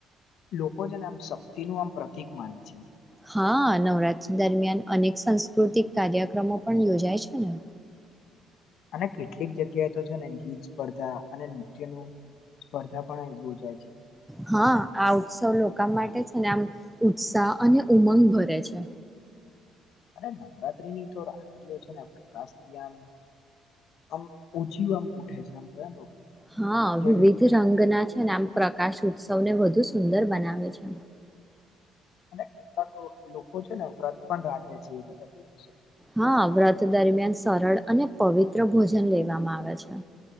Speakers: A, on the left (about 65°); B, in the centre.
A: લોકો છે ને આમ શક્તિ નું આમ પ્રતિક માને છે.
B: હા નવરાત્રી દરમિયાન અનેક સાસ્કૃતિક કાર્યક્રમો પણ યોજાય છે ને
A: અને કેટલીક જગ્યાએ તો છે ને ગીત સ્પર્ધા અને નૃત્ય ન સ્પર્ધા પણલું જાય છે.
B: હા આ ઉત્સવ લોકો માટે છે ને આમ ઉત્સાહ અને ઉમંગ ભરે છે.
A: અરે નવરાત્રીની તો રાત્રિઓ છે ને પ્રકાશથી આમ આમ ઓછી આમ ઉઠે છે આમ થયા ને
B: હા
A: જલી
B: વિવિધ
A: ઉઠે
B: રંગના
A: છે
B: છે ને આમ પ્રકાશ ઉત્સવ સૌને વધુ સુંદર બનાવે છે.
A: અને કેટલાક લોકો છે ને વ્રત પણ રાખે છે એ બધા દિવસે.
B: હા, વ્રત દરમિયાન સરળ અને પવિત્ર ભોજન લેવામાં આવે છે.